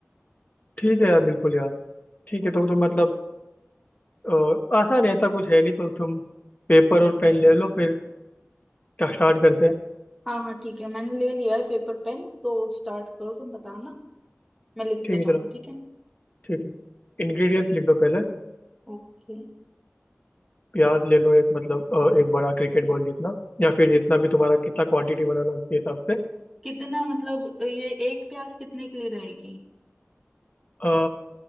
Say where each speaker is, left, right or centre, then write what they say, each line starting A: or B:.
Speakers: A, on the left; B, in the centre.
A: ठीक है यार बिल्कुल यार ठीक है
B: ओके
A: तो तुम मतलब अ, आसान है इतना कुछ है नहीं तो तुम पेपर और पेन ले लो फिर स्टार्ट करते हैं
B: हाँ हाँ ठीक है मैंने ले लिया है पेपर पेन तो स्टार्ट करो तुम बताना मैं लिखते
A: ठीक
B: जाऊंगा
A: है चलो
B: ठीक है
A: ठीक है इंग्रेडिएंट्स लिख लो पहले
B: ओके
A: प्याज ले लो एक मतलब अ, एक बड़ा क्रिकेट बॉल जितना या फिर जितना भी तुम्हारा कितना क्वांटिटी बनाना हो उसके हिसाब से
B: कितना मतलब ये एक प्याज कितने के लिए रहेगी
A: अ,